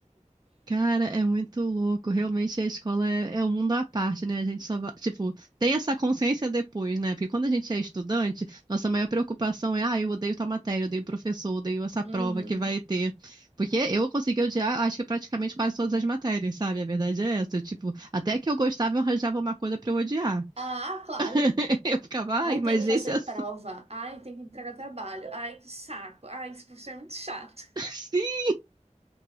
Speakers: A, on the right (about 35°); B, on the right (about 55°).
A: Cara, é muito louco. Realmente a escola é, é um mundo à parte, né? A gente só, va- tipo, tem essa consciência depois, né? Porque quando a gente é estudante, nossa maior preocupação é, ah, eu odeio tal matéria, eu odeio o professor, eu odeio essa prova
B: Uhum.
A: que vai ter. Porque eu consegui odiar, acho que praticamente quase todas as matérias, sabe? A verdade é essa. Tipo, até que eu gostava, eu arranjava uma coisa pra eu odiar.
B: Ah, claro.
A: <laughs> Eu ficava, ai,
B: Ai,
A: mas
B: tem que
A: esse
B: fazer
A: assunto.
B: prova. Ai, tem que entregar trabalho. Ai, que saco. Ai, esse professor é muito chato.
A: <laughs>